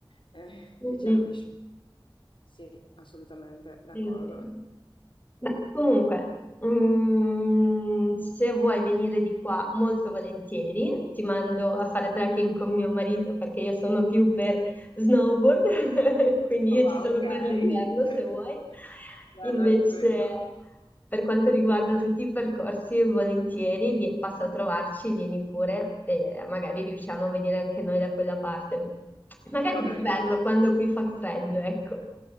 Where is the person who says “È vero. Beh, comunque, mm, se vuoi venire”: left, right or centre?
Left